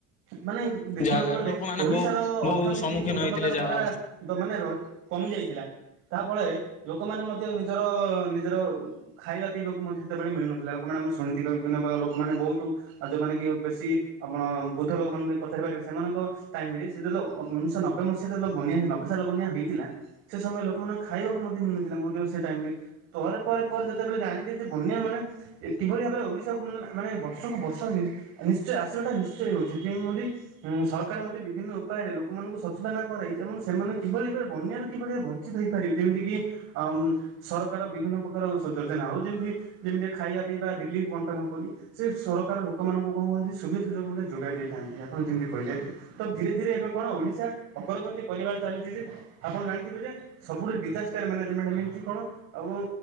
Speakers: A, on the right; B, on the left.
A: ମାନେ ଦେଖିବାକୁ
B: ଯାହା ଦ୍ଵାରା
A: ଗଲେ
B: ଲୋକମାନେ
A: ଓଡ଼ିଶାର
B: ବହୁ ବହୁ
A: ଅଥନୀତି
B: ସମ୍ମୁଖୀନ
A: ଗୋଟେ
B: ହେଇଥିଲେ
A: ପକାର
B: ଯାହା
A: ପୁରା ଦ ମାନେ ର କମୁନି ଏଇଥିଲା। ତା ଫଳରେ ଲୋକମାନେ ମଧ୍ୟ ନିଜର ନିଜର ଖାଇବା ପିଇବାକୁ ମଧ୍ୟ ହେତବେଳେ ମିଳୁନଥୁଲା ଲୋକମ ଆଣେ ଆମେ ଶୁଣିଥିବା ବିଭିନ୍ନ ପକାର ଲୋକମାନେ ବହୁତୁ ଆ ଯୋଉମାନେ କି ବେଶୀ ଆପଣ ବୁଦ୍ଧ ଲୋକମାନେ ବି ପଚାରି ପାରିବେ ସେମାନଙ୍କ ଟାଇମ୍ ରେ ସେ ଯେଲ ଅ ଉଣେଇଶ ନ ବେ ମସିହା ତେଲ ବନ୍ୟା ହେଇ ନବେ ସାଲ ବନ୍ୟା ହେଇଥିଲା ସେ ସମୟ ଲୋକମାନଙ୍କୁ ଖାଇବାକୁ ମଧ୍ୟ ମିଳୁନଥିଲା ମଧ୍ୟ ସେ ଟାଇମ୍ ରେ। ପରେ ପରେ ପରେ ଯେତେବେଳେ ଜାଣିଲେ ଯେ ବନ୍ୟା ମାନେ ଏ କିଭଳି ଭାବରେ ଓଡ଼ିଶାକୁ ମନେ ମାନେ ବର୍ଷକୁ ବ ଷ ନି ନିଶ୍ଚୟ ଆସିବାଟା ନିଶ୍ଚୟ ହେଉଚି ତ୍ର ମୁଣ୍ଡି ଉଁ ସରକାର ମଧ୍ୟ ବିଭିନ୍ନ ଉପାୟରେ ଲୋକମାନଙ୍କୁ ସ ସୁଦନା କରେଇ ଏମନ ସେମାନେ କିଭଳି ଏବେରେ ବନ୍ୟାରୁ କିଭଳି ବଞ୍ଚିତ ହେଇପାରିବେ ଯେମିତି କି ଅଁ ସର କାର ବିଭିନ୍ନ ପକାର ସ ଯୋଜନା ହଉ ଯେମିତି ଯେମିତି ଖାଇବା ପିଇବା ରିଲିଫ୍ ବଣ୍ଟନ କରି ସେ ସର କାର ଲୋକମାନଙ୍କୁ କଁ କୁହନ୍ତି ସୁବିଧା ସୁଯୋଗ ମଧ୍ୟ ଯୋଗାଇ ଦେଇଥାନ୍ତି ଆପଣ ଯେମିତି କହିଲେ ତ ଧୀରେ ଧୀରେ ଏବେ କଣ ଓଡି଼ଶା ଅଗ୍ରଗତି କରିବାରେ ଚାଲିଛି ଯେ, ଆପଣ ଜାଣିଥିବେ ଯେ ସବୁଠି ଡିଜାଷ୍ଟର ମ୍ୟାନେଜମେଣ୍ଟ ମିନ୍ସ କଣ? ଆଉ ଆଉ